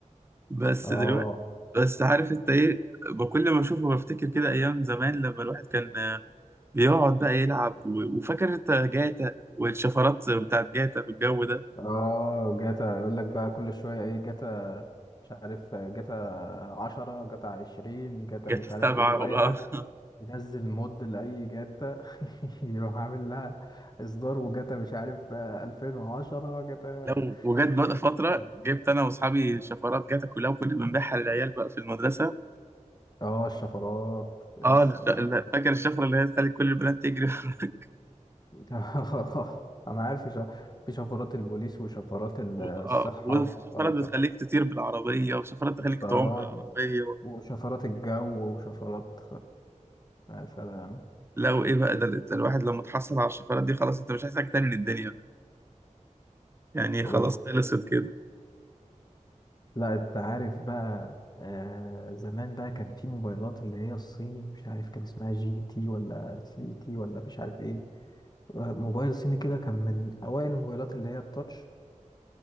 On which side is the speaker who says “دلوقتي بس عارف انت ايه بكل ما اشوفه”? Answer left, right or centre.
Right